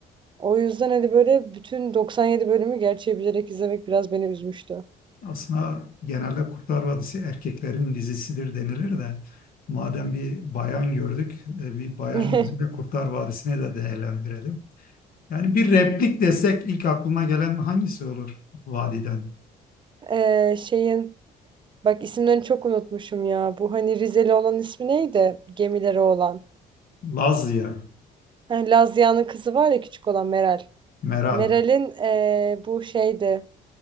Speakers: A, on the right; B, on the left.
A: O yüzden hani böyle bütün 97 bölümü gerçeği bilerek izlemek biraz beni üzmüştü.
B: Aslında genelde Kurtlar Vadisi erkeklerin dizisidir denilir de madem bir bayan gördük, e, bir bayan
A: <laughs>
B: gözüyle Kurtlar Vadisi'ni de değerlendirelim. Yani bir replik desek ilk aklına gelen hangisi olur vadiden?
A: Ee, şeyin bak isimlerini çok unutmuşum ya. Bu hani Rizeli olan ismi neydi? Gemileri olan.
B: Lazya,
A: Heh, Lazia'nın kızı var ya küçük olan Meral.
B: Meral.
A: Meral'in ee, bu şeydi.